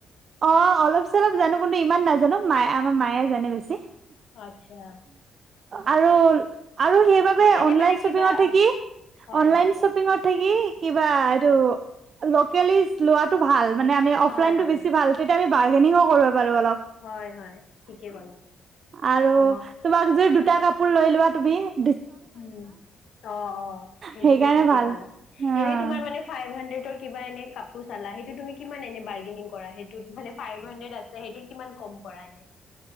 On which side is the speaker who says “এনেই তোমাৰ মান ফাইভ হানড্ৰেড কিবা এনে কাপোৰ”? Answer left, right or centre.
Left